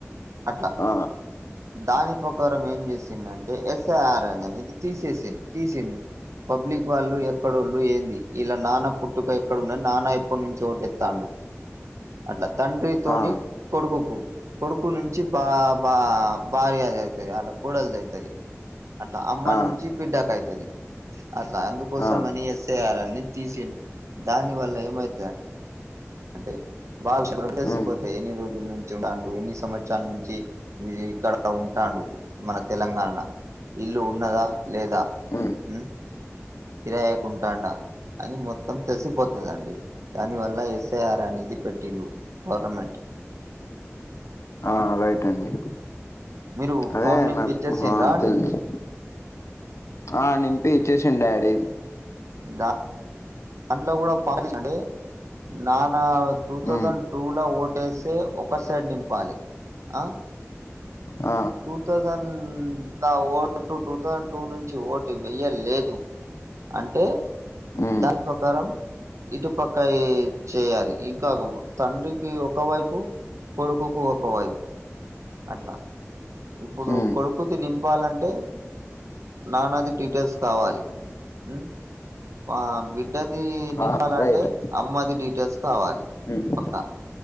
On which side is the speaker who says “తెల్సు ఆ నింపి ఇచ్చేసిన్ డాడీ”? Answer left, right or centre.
Left